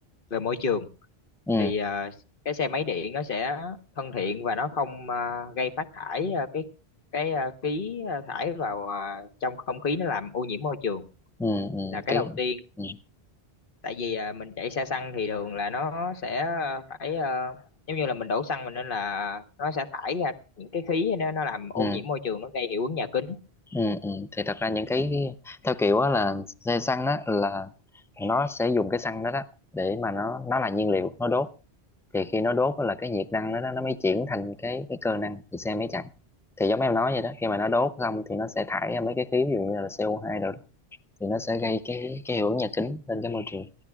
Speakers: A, on the left; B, in the centre.
A: về môi trường
B: Ừ
A: thì ờ, cái xe máy điện nó sẽ thân thiện và nó không ờ, gây phát thải ờ, cái cái ờ, khí ờ, thải vào ờ, trong không khí nó làm ô nhiễm môi trường
B: ừ ừ
A: là cái
B: cái
A: đầu tiên
B: ừ
A: tại vì ờ, mình chạy xe xăng thì thường là nó sẽ ờ, phải ờ, giống như là mình đổ xăng mình nên là nó sẽ thải ra những cái khí nó nó làm ô
B: ừ
A: nhiễm môi trường nó gây hiệu ứng nhà kính
B: ừ, ừ. Thì thật ra những cái theo kiểu á là xe xăng á là nó sẽ dùng cái xăng đó đó để mà nó nó là nhiên liệu nó đốt thì khi nó đốt á là cái nhiệt năng đó, nó mới chuyển thành cái cái cơ năng thì xe mới chạy thì giống em nói vậy đó khi mà nó đốt xong thì nó sẽ thải ra mấy cái khí ví dụ như là co hai rồi thì nó sẽ gây cái cái hiệu ứng nhà kính lên cái môi trường